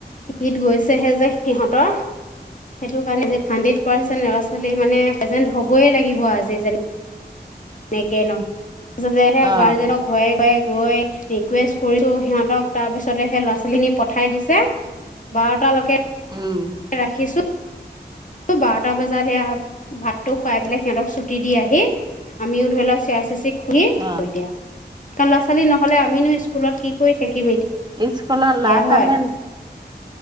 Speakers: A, on the left (about 45°); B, on the right (about 25°).
A: ঈদ গৈছেহে যে সিহঁতৰ সেইটো কাৰণে যে হানড্ৰেড পাৰ্চেন্ট ল'ৰা -ছো মানে প্ৰেজেন্ট হ'বই লাগিব আজি যেনে নে কে ন আচলতে হে
B: অ
A: গাৰ্জেনক ঘয়ে ঘয়ে গৈ ৰিকুৱেষ্ট কৰিছোঁ সিহঁতক তাৰপিছতে হে ল'ৰা ছোৱালীখিনি পঠাই দিছে বাৰু টা লৈকে
B: উম
A: ৰাখিছো বাৰটা বজাত সেয়া ভাতটো খুৱাই পেলাই সিহঁতক চুটি দি আহি আমিও ধৰি লোৱা চিয়া চিছ খ <unintelligible>
B: অ
A: হয় দিয়া কালাচ নহ'লে আমিনো স্কুলত কি কৰি থাকিম
B: ষ্কুলাৰ
A: এতিয়া
B: লা চালেন।
A: হয়।